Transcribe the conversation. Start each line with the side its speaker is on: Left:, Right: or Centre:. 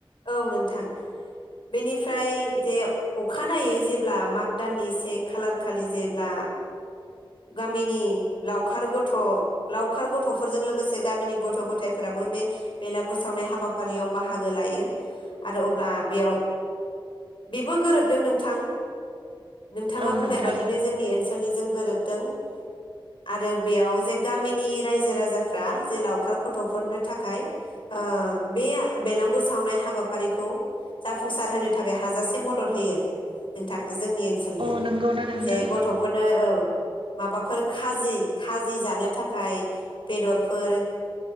Left: औ नोंथां बेनिफ्राय जे अखानायै जेब्ला माग दाननि से खालार खालि जेब्ला गामिनि लावखार गथ लावखार गथ'फोरजों लोगोसे गामिनि गथ' गथायफोराबो बे बेलागुर सावनाय हाबाफारियाव बाहागो लायो आरो अब्ला बेयाव बेबो गोरोबदों नोंथां नोंथाङा
Right: औ
Left: बुंनाय
Right: नोंथां
Left: बादिनो जोंनि ओनसोलनि जों गोरोब दों आरो बेयाव जे गामिनि रायजो राजाफ्रा जे लावखार गथ'फोरनो थाखाय ओ बे बेलगुर सावनाय हाबाफारिखौ जाफुंसार होनो थाखाय हाजासे मदद होयो नोंथां जोंनि ओनसोलनिया
Right: अ नंगौना नोंथां
Left: जे गथ'फोरनो औ माबाफोर खाजि खाजि जानो थाखाय बेदरफोर